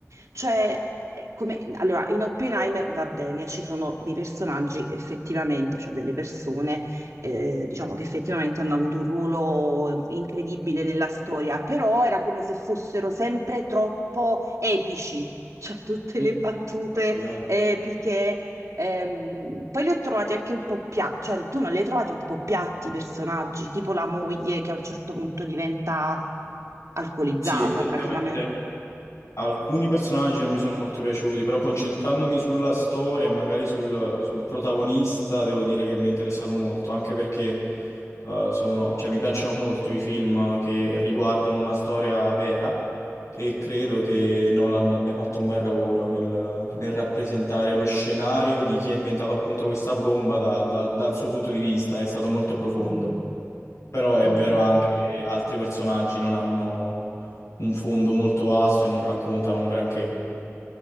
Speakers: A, on the right; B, on the left.
A: cioè, è come, allora, in Oppenheimer va bene, ci sono dei personaggi effettivamente, cioè delle persone, eh, diciamo che effettivamente hanno avuto un ruolo eh, incredibile nella storia, però era come se fossero sempre troppo epici. Cioè, tutte
B: Mm,
A: le battute
B: ho capito.
A: epiche, Ehm, poi li ho trovati anche un po' piatti, cioè tu non li hai trovati un po' piatti i personaggi, tipo la moglie che a un certo punto diventa alcolizzata
B: Sì, effettivamente
A: praticamente.
B: Alcuni personaggi non mi sono molto piaciuti, però concentrandomi sulla storia e magari sul, sul protagonista, devo dire che mi è interessato molto, anche perché eh, sono- cioè, mi piacciono molto i film che riguardano una storia vera e credo che Nolan abbia fatto un bel lavoro nel, nel rappresentare lo scenario di chi ha inventato appunto questa bomba da- dal dal suo punto di vista, è stato molto profondo
A: Mm,
B: però è
A: mm.
B: vero anche che altri personaggi non hanno un fondo molto vasto e non raccontano un granché.